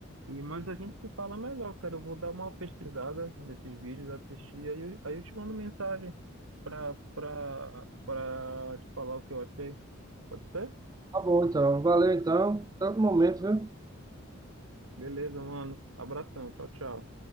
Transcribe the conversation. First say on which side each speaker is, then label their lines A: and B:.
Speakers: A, on the right; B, on the right.
A: E, mas a gente se fala melhor, cara. Eu vou dar uma pesquisada nesses vídeos, assistir, aí eu, aí eu te mando mensagem pra, pra, pra te falar o que eu achei. Pode ser?
B: Tá bom, então. Valeu, então. Tanto momento, viu?
A: Beleza, mano. Abração. Tchau, tchau.